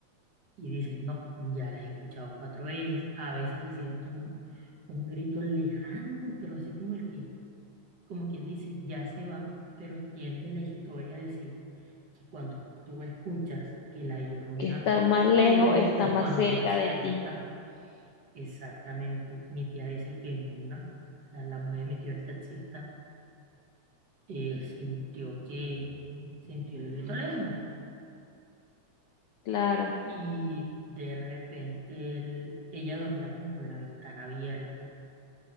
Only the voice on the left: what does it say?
que está más lejos,
está
más
cerca
de
ti,
claro.